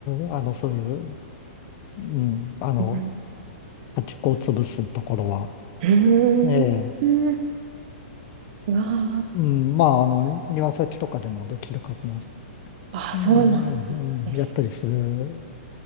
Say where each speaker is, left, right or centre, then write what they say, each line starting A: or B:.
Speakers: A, on the left; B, on the right.
A: んあの、そういう、うん、あの、
B: う。
A: 端っこを潰すところは、
B: うーん。
A: ええ、
B: うんうわ
A: うん、まあ、あの、庭先とかでもできるかもし
B: あ、ああ、
A: れない、
B: そうなんです。
A: うんええうんやったりする